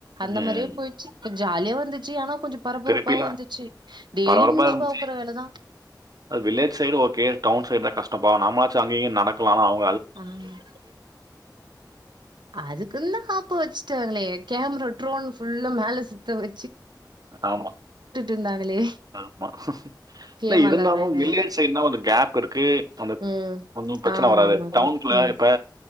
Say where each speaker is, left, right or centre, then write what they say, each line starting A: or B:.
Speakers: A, on the right (about 80°); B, on the right (about 55°).
A: அந்த
B: ம்.
A: மாரியே போய்ட்ச்சு ஜாலியா வந்துச்சு ஆனப் கொஞ்சம் பரபரப்பாவும்இருந்துச்சு
B: திருப்பிலாம்
A: டெய்லி
B: பரபரப்பா
A: நியூஸ்
B: இருந்துச்சு
A: பாக்குற வேலதா
B: வில்லேஜ் சைடு ஓகே அந்தசைடு கஷ்டப்பா அம்மச்சு அங்கயும் இங்கயும் நடக்கலான அவ
A: ஹ் அதுக்கு தான் ஆப்பு வச்சுட்டா லே கேமரா ட்ரோன்புல்ல மேல சுத்த வே
B: ஆமா
A: இருந்தாங்களே
B: ஆமா
A: கேம்
B: இல்ல இருந்தாலும்வில்லேஜ்
A: வெளாடுறாங்க
B: சைடுனா கேப் இருக்கு அந்த
A: ம்
B: ஒன்னும் பிரச்சன
A: ஆமா
B: வராது
A: ஆமா ப்ரோ
B: டவுன்குள்ள
A: ம்
B: இப்ப